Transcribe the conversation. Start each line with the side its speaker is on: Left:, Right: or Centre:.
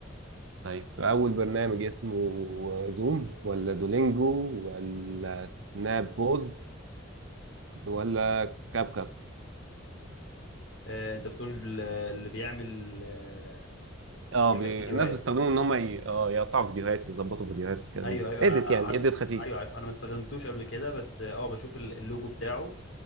Right: طيب اول برنامج اسمه زوم ولا دولينجو ولا سناب بوزد ولا كاب كات
Left: آه، انت بتقول اللي بيعمل آه،
Right: اه
Left: بيعمل
Right: بي...
Left: فيديوهات
Right: الناس بيستخدموا ان هم ي... اه يقطعوا فيديوهات يظبطوا فيديوهات والكلام
Left: ايوه
Right: ده
Left: ايوه انا
Right: اديت
Left: عارفه
Right: يعني اديت خفيف
Left: ايوه عارف انا ما استخدمتوش قبل كده بس اه بشوف ال- اللوجو بتاعه